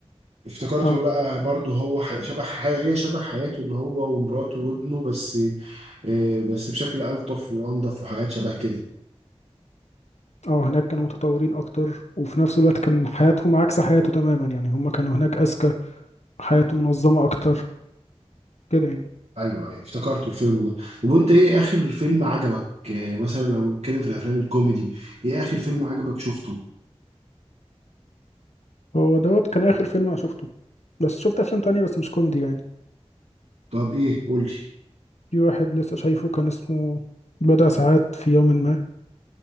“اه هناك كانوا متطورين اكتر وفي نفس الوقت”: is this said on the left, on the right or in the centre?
Left